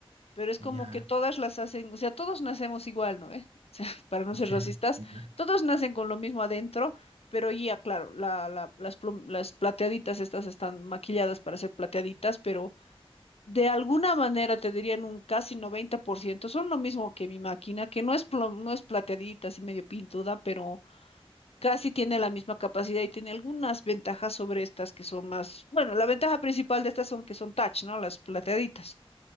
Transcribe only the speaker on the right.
ya,
<laughs>
ya,